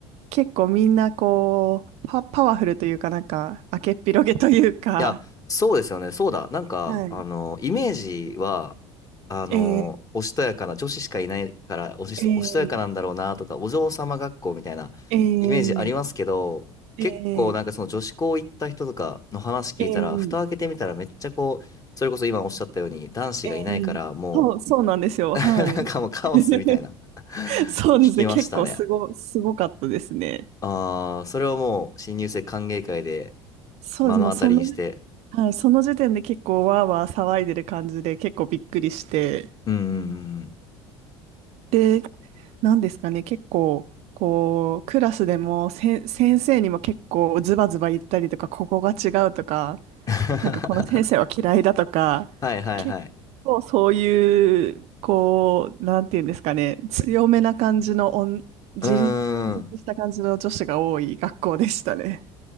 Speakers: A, on the right; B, on the left.
A: 結構みんなこうパ、パワフルというかなんか明けっぴろげというか。
B: いや、そうですよね。そうだ。なんか、
A: はい。
B: あの、イメージは、あの、
A: えー
B: おしとやかな、女子しかいないから、おし、
A: えー
B: おしとやかなんだろうなとか、お嬢様学校みたいなイメージありますけど、
A: えー
B: 結構なんかその女子校行った人とかの話聞いたら、
A: ええええ
B: 蓋開けてみたらめっちゃこう、それこそ今おっしゃったように、男子がいないから、
A: ええそう、
B: も
A: そうなんですよ。はい。
B: う <laughs> なんかもうカオスみたいな
A: <laughs>
B: <laughs>
A: そうですね。
B: 聞きましたね。
A: 結構すご、すごかったですね。
B: ああ、それはもう、新入生歓迎会で
A: そうです。
B: 目の当たりにして、
A: もうその時、はい、その時点で結構わーわー騒いでる感じで結構びっくりして。
B: うんうんうんうん。
A: で、なんですかね。結構、こう、クラスでもせん、先生にも結構ズバズバ言ったりとか、ここが違うとか、
B: <laughs>
A: なんかこの先生は嫌いだとか、
B: はいはいはい。
A: 結構そういう、こう、なんていうんですかね、強めな感じのおん、自立、
B: うーん。
A: 自立した感じの女子が多い学校でしたね。